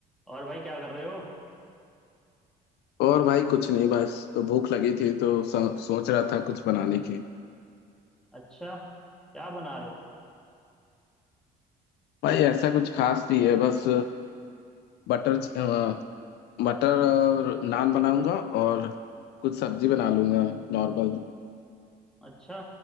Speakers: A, in the centre; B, on the left (about 80°).
A: और भाई क्या कर रहे हो
B: और भाई कुछ नहीं बस भूख लगी थी तो सो, सोच रहा था कुछ बनाने की
A: अच्छा क्या बना रहे हो
B: भाई ऐसा कुछ खास नहीं है बस बटर च- अ, मटर और नान बनाऊंगा और कुछ सब्जी बना लूंगा नॉर्मल
A: अच्छा